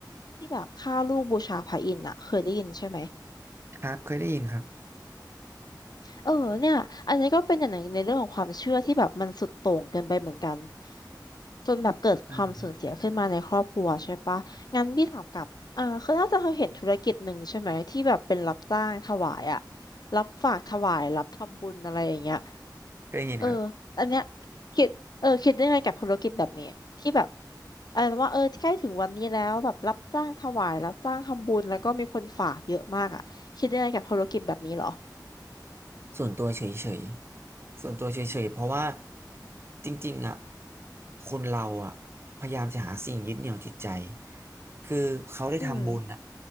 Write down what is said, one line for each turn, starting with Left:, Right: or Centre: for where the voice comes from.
Left: ที่แบบฆ่าลูกบูชาพระอินทร์อ่ะเคยได้ยินใช่ไหม
Right: ครับเคยได้ยินครับ
Left: เออเนี่ยอันนี้ก็เป็นอย่างหนึ่งในเรื่องของความเชื่อที่แบบมันสุดโต่งเกินไปเหมือนกันจนแบบเกิดความสูญเสียขึ้นมาในครอบครัวใช่ปะ
Right: อืม
Left: ถามกลับอ่าคือน่าจะเคยเห็นธุรกิจหนึ่งใช่ไหมที่แบบเป็นรับจ้างถวายอะรับฝากถวายรับทำบุญอะไรอย่างเงี้ย
Right: เคยได้ยินครับ
Left: เอออันเนี้ยคิดเออคิดได้ไงกับธุรกิจแบบนี้ที่แบบอะไรนะว่าเออใกล้ถึงวันนี้แล้วแบบรับจ้างถวายรับจ้างทำบุญแล้วก็มีคนฝากเยอะมากอ่ะคิดได้ไงกับธุรกิจแบบนี้เหรอ
Right: ส่วนตัวเฉยๆส่วนตัวเฉยๆ เพราะว่าจริงๆอ่ะคนเราอ่ะพยายามจะหาสิ่งยึดเหนี่ยวจิตใจคือเขาได้ทำบุญอ่ะ
Left: อืม